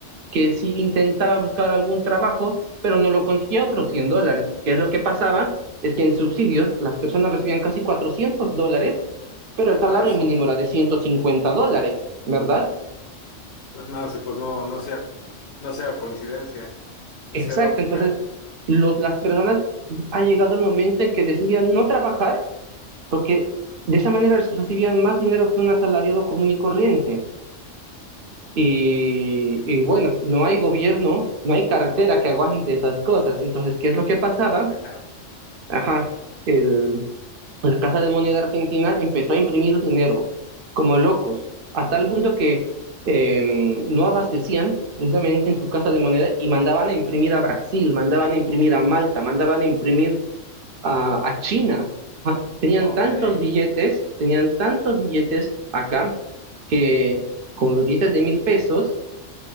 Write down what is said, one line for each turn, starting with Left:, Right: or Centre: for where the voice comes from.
Right: que si intentaba buscar algún trabajo, pero no lo conseguía, otros 100 dólares, que es lo que pasaba, es que en subsidios las personas recibían casi 400 dólares, pero el salario
Left: Ah, eso.
Right: mínimo era de 150 dólares, ¿verdad?
Left: No, sí, pues no, no sea, no sea coincidencia, no
Right: Exacto,
Left: sea lógica.
Right: entonces los, las personas ha llegado el momento en que decidían no trabajar porque de esa manera recibían más dinero que un asalariado común y corriente. Y, y bueno, no hay gobierno, no hay cartera que aguante esas cosas. Entonces, ¿qué es lo que pasaba?
Left: Ajá.
Right: Ajá, el, la Casa de Moneda Argentina empezó a imprimir dinero como locos, a tal punto que eh, no abastecían precisamente en su Casa de Moneda y mandaban a imprimir a Brasil, mandaban a imprimir a Malta, mandaban a imprimir a, a China. Ah, Tenían
Left: Ok.
Right: tantos billetes, tenían tantos billetes acá que con los billetes de mil pesos,